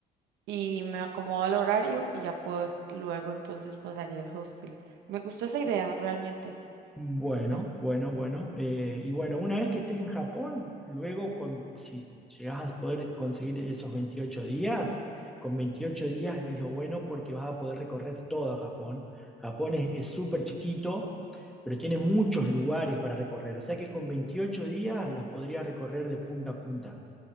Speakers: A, on the right; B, in the centre.
A: y me acomodo al horario y ya pues luego entonces pasaría al hostel. Me gustó esa idea, realmente.
B: Bueno,
A: Buena.
B: bueno, bueno. eh, y bueno, una vez que estés en Japón, luego con, si llegas a poder conseguir esos 28 días, con 28 días es lo bueno porque vas a poder recorrer todo Japón. Japón es es súper chiquito, pero tiene muchos lugares para recorrer. O sea que con 28 días las podrías recorrer de punta a punta.